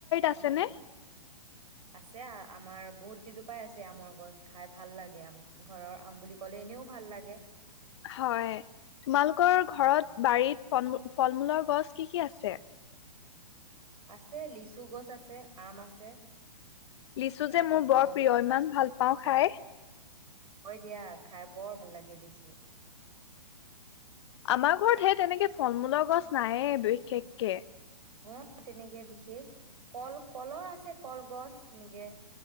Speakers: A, on the left; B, on the right.
A: আছেনে?
B: আম, আছে আমাৰ বহুত সিজোপাই আছে আমৰ গছ, খাই ভাল লাগে আম। ঘৰৰ আম বুলি ক'লে এনেও ভাল লাগে।
A: হয়, তোমালোকৰ ঘৰত,
B: উম
A: বাৰীত ফল-মূ ফল মূলৰ গছ কি কি আছে?
B: আছে, লিচু গছ আছে, আম আছে।
A: লিচু
B: তাৰ
A: যে
B: পাছত
A: মোৰ বৰ প্ৰিয়। ইমান ভাল পাওঁ খাই।
B: হয় দিয়া, খাই বৰ ভাল লাগে লিচু।
A: আমাৰ ঘৰত হেই তেনেকে ফল-মূলৰ গছ নায়ে বিশেষকে।
B: অ তেনেকে বিশেষ কল কলৰ আছে কলগছ এনেকে